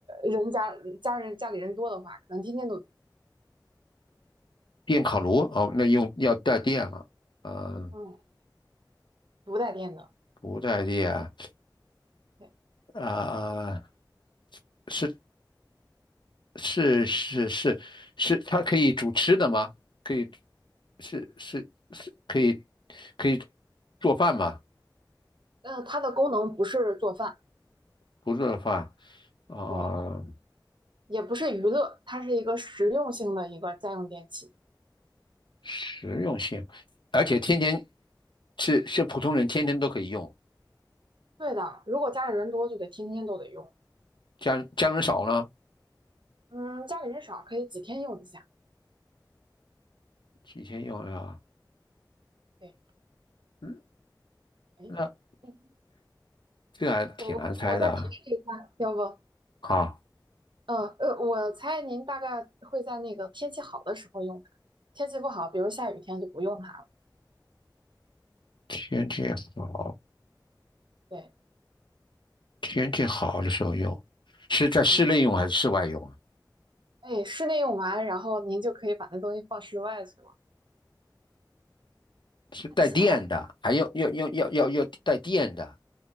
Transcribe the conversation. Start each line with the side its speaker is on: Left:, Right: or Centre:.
Right: 人家家人家里人多的话，可能天天都
Left: 电烤炉哦，那用要带电了，嗯、
Right: 嗯不带电的。
Left: 不带电啊、
Right: 对，
Left: 呃是是是是是，它可以煮吃的吗？可以是是是可以可以做饭吗？
Right: 呃，它的功能不是做饭，
Left: 不做饭啊、
Right: 对，也不是娱乐，它是一个实用性的一个家用电器。
Left: 实用性，而且天天是是普通人天天都可以用，
Right: 对的，如果家里人多，就得天天都得用。
Left: 家家人少呢，
Right: 嗯，家里人少可以几天用一下。
Left: 几天用呀？
Right: 对，
Left: 嗯
Right: 哎。
Left: 那。
Right: 嗯
Left: 这还挺难猜的啊。
Right: 我我再提示一下，要不，
Left: 好，
Right: 嗯呃，我猜您大概会在那个天气好的时候用它，天气不好，比如下雨天就不用它了。
Left: 天气好，
Right: 对
Left: 天气好的时候用，是在室内用还是室外用啊？
Right: 对，哎，室内用完，然后您就可以把那东西放室外去了，
Left: 是带电的，
Right: 看喜好。
Left: 还要要要要要要带电的，